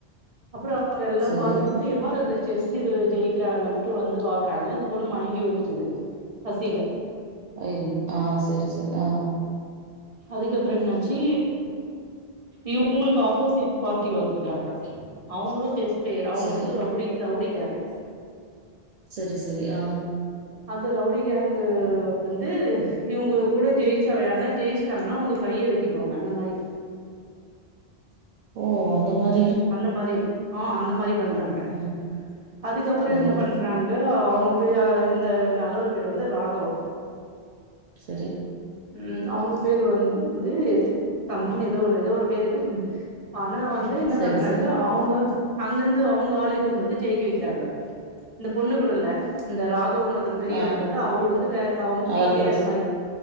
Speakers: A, on the right (about 35°); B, on the right (about 55°).
A: அப்றோ அங்க எல்லா
B: சரி
A: பாத்துட்டு இருந்து யார் அது செஸ் இது ஜெய் கிறாங்கன்னு டு வந்து பாக்குறங்க இந்த பொண் மயங்கி விழுதிட்டுருக்குது பசில
B: ஐ ஆஹ் சரி சரி ஆஹ்
A: அதுக்கப்புறம் என்னாச்சு இவங்களுக்கு ஆப்போசிட் பார்ட்டி ஒருத்தர் இருக்காங்க அவங்களும் செஸ் வே அவுங்க
B: சரி
A: வந்து ரவுடி ரவுடி கேங்கு
B: சரி சரி ஆஹ்
A: அந்த ரவுடி கேங்கு வந்து இவங்கோ கூட ஜெயிச்சுவெளயாண்டா ஜெயிச்சிட்டாங்கனா அவுங்க கைய வெட்டிடுவாங்க அந்த மாரி
B: ஓ அந்த மாரி
A: அந்த மாரி ஆஹ் அந்த மாரி பண்றாங்க
B: ம்
A: அதுக்கப்றோ
B: சரி
A: என்ன பண்றாங்க ஓ அவுங்க போய் இந்த நல்லவரு பேரு வந்து ராகவ்
B: சரி
A: உம் அவங்க பேரு வந்து சம்மனு எதோ எதோ ஒரு பேரு ஆ ன்னோ வந்து என்னா
B: சரி
A: பண்
B: சரி
A: எங்க அவுங்க அங்கருந்து அவங்க ஆலயே கூட்டு வந்து ஜெயிக்க வக்கிறாங்க இந்த பொண்ணு கூட இல்ல இந்த ரா ங்க இன்னொருத்தரு பெரிய
B: ஆ
A: இருக்குறாரு அவுரு வந்து வே அவுங்க
B: அவரு
A: பி ஏ
B: கூட
A: அந்த
B: ஸ்-
A: மாரி